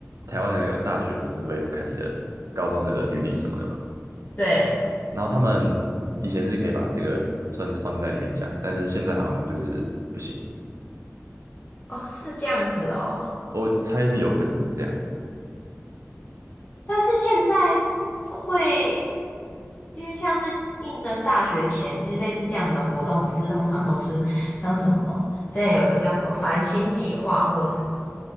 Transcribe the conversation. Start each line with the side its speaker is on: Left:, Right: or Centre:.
Right: 台湾的大学不是会要看你的高中的履历什么的嘛，
Left: <laughs> 对，
Right: 然后他们以前是可以把这个算是放在里面讲，但是现在好像就是不行，
Left: 哦，是这样子哦。
Right: 我猜是有可能是这样子。
Left: 但是现在会，因为像是应征大学前类似这样子的活动，不是通常都是像什么，之前有个叫什么繁星计划，或者是怎么